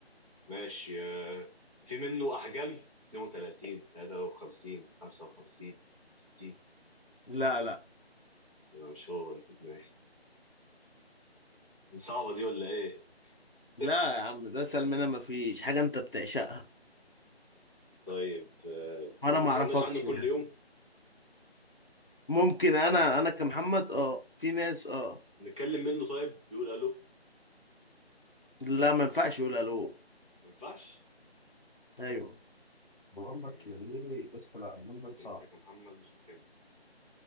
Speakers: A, on the right; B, on the left.
A: ماشي آه، في منه احجام 32 53 55 60
B: لا لا لا
A: يبقى مش هو اللي في دماغي صعبه دي ولا ايه
B: لا
A: <laughs>
B: يا عم ده اسهل منها ما فيش حاجه انت بتعشقها
A: طيب آه،
B: وانا
A: ما بنستغناش
B: ما اعرفكش
A: عنه
B: يعني
A: كل يوم
B: ممكن انا انا كمحمد اه في ناس اه
A: نتكلم منه طيب بيقول الو
B: لا ما ينفعش يقول الو
A: ما ينفعش
B: ايوه بقول
A: مم،
B: لك ليه بس لا اليوم ده صعب
A: انت كمحمد مش بتحبه